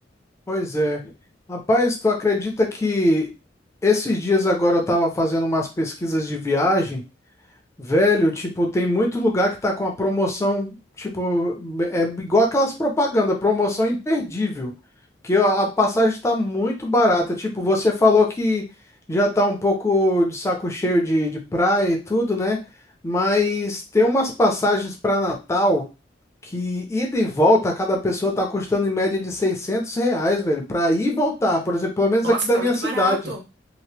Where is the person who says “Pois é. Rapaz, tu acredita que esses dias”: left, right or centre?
Left